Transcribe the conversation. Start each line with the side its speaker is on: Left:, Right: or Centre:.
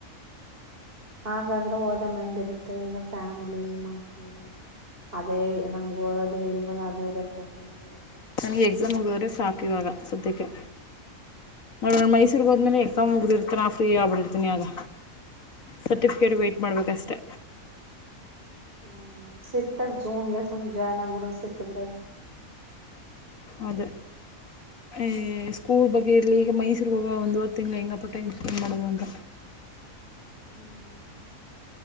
Right: ಹಾಗಗಂದ್ರೆ ಓದ ಮೈಂಡ್ ಇರುತ್ತೆ ಈಗ ಫ್ಯಾಮಿಲಿ ಮಕ್ಕಳು ಅದೇ ನಮ್ಗ ಓದದೇ ಇಲ್ವಲ್ಲ ಬೇರೆ ಪ್ರಾಬ್ಲಮ್ಗಳು ಇ
Left: ನನಗೆ ಎಕ್ಸಾಮ್ ಮುಗುದ್ರೆ ಸಾಕ ಇವಾಗ ಸದ್ಯಕ್ಕೆ ನೋಡಣ ಮೈಸೂರ್ಗ ಹೋದ್ಮೇಲೆ ಎಕ್ಕೊಂಡ್ ಮುಗ್ದಿರ್ತಾನಾ ಫ್ರೀ ಆಗ್ಬಿಟ್ಟಿರ್ತನಿ ಆಗ ಸರ್ಟಿಫಿಕೇಟ್
Right: ಹ
Left: ವೆಟ ಮಾಡಬೇಕಷ್ಟೆ
Right: ಹ್ಮ್ ಸಿಕ್ತಕ್ ಜೂನ್ಗೆ ಸುಮ್ ಜಾಯ್ನ್ ಆಗ್ಬಿಡು ಸಿಕ್ಕದ್ರೆ
Left: ಅದೇ ಅ ಸ್ಕೂಲ್ ಬಗ್ಗೆ ಇರ್ಲಿ ಈಗ ಮೈಸೂರು ಇನ್ನೂ ಒಂದವರೆ ತಿಂಗಳು ಹೆಂಗಪ್ಪ ಟೈಮ್ ಸ್ಪೆಂಡ್ ಮಾಡೋದು ಅಂತ
Right: ಹ್ಮ್